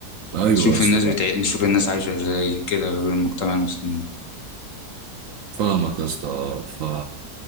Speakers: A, on the right; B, on the left.
A: ايوه
B: تشوف
A: يا اسطى
B: الناس بتاع نشوف الناس عايشه ازاي كده غير المجتمع المسلمين
A: فاهمك يا اسطى ف